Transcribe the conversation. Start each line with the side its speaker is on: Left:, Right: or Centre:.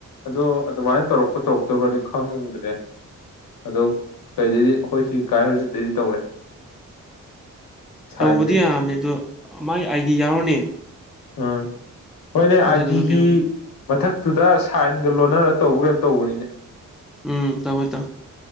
Left: ꯑꯗꯣ ꯑꯗꯨꯃꯥꯏꯅ ꯇꯧꯔꯛꯄ ꯇꯧꯔꯛꯇꯕ꯭ꯔꯗꯤ ꯈꯪꯗ꯭ꯔꯦ ꯑꯗꯣ ꯀꯩꯗꯩꯗꯤ ꯑꯩꯈꯣꯏ ꯁꯤ ꯀꯥꯏ ꯍꯧꯖꯤꯠꯇꯗꯤ ꯇꯧꯔꯦ ꯁꯥꯏꯟꯁꯦ
Centre: ꯇꯧꯕꯗꯤ ꯌꯥꯕꯅꯦ ꯑꯗꯣ ꯃꯥꯏ ꯑꯥꯏ ꯗꯤ ꯌꯥꯎꯔꯅꯤ
Left: ꯎꯝ ꯍꯣꯏꯅꯦ ꯑꯥꯏꯗꯤꯒꯤ
Centre: ꯑꯗꯨꯗꯨꯒ ꯀꯩꯅꯣ
Left: ꯃꯊꯛꯇꯨꯗ ꯁꯥꯏꯟꯒ ꯂꯣꯟꯅꯔ ꯇꯧꯕ꯭ꯔ ꯀꯩꯅꯣꯝ ꯇꯧꯕꯅꯤꯅꯦ
Centre: ꯎꯝ ꯇꯋꯦ ꯇꯧ